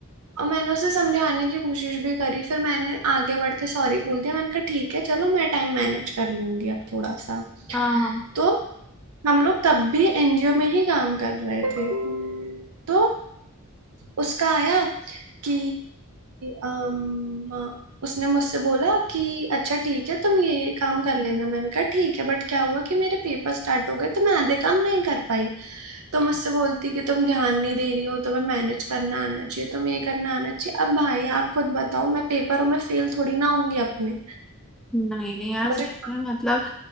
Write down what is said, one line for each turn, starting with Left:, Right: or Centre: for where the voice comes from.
Right: और मैंने उसे समझाने की कोशिश भी करी फिर मैंने आगे बढ़ के सॉरी बोल दिया मैंने कहा ठीक है चलो मैं टाइम मैनेज कर लूंगी अब थोड़ा सा
Centre: हाँ
Right: तो हम लोग तब भी एनजीओ में ही काम कर रहे थे तो उसका आया कि अम, उसने मुझसे बोला कि अच्छा ठीक है तुम ये काम कर लेना मैंने कहा ठीक है बट क्या हुआ कि मेरे पेपर स्टार्ट हो गए तो मैं आधे काम नहीं कर पाई तो मुझसे बोलती कि तुम ध्यान नहीं दे रही हो तुम्हें मैनेज करना आना चाहिए तुम्हें ये करना आना चाहिए अब भाई आप खुद बताओ मैं पेपरों में फेल थोड़ी ना होंगी अपने
Centre: नहीं नहीं यार
Right: मुझे
Centre: सही है मतलब